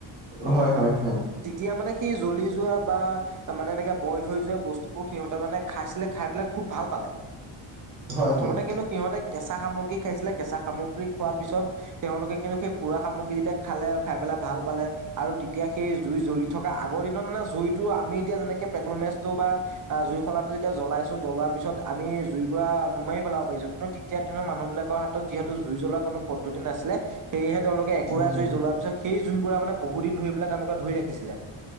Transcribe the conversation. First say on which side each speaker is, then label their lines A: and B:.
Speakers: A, on the right; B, on the right.
A: হয় হয় হয়
B: তেতিয়া মানে সি জ্বলি যোৱা বা মানে এনেকে বইল হৈ যোৱা বস্তু বোৰ সিহঁতে মানে খাইছিলে খাই পেলাই খুব ভাল পাল। প্ৰথমতে
A: হয় হয় হয় হয়
B: কিন্তু সিহঁতে কেঁচা সামগ্ৰী খাইছিলে, কেঁচা সামগ্ৰী খোৱাৰ পিছত তেওঁলোকে কিন্তু সেই পুৰা সামগ্ৰী যেতিয়া খালে খাই পেলাই ভাল পালে আৰু তেতিয়া সেই জুই জ্বলি থকা আগৰ দিনৰত মানে জুইত টো আমি এতিয়া যেনেকে পেট্ৰল মেচটো বা জুই খলা টো যেতিয়া জ্বলাইছো জ্বলোৱাৰ পিছত আমি জুইকুৰা নুমাৰি পেলাব পাৰিছো। কিন্তু তেতিয়া দ দিনৰ মানুহবিলাকৰ হাতত যিহেতু জুই জ্বলোৱা কোন পদ্ধতি নছিলে সেয়েহে তেওঁলোকে এককোৰা
A: হয় হয়
B: জুই জ্বলোৱাৰ পিছত সেই জুইকুৰা মানে বহুদিন ধৰি পেলাই তেওঁলোকে ধৰি ৰাখিছিলে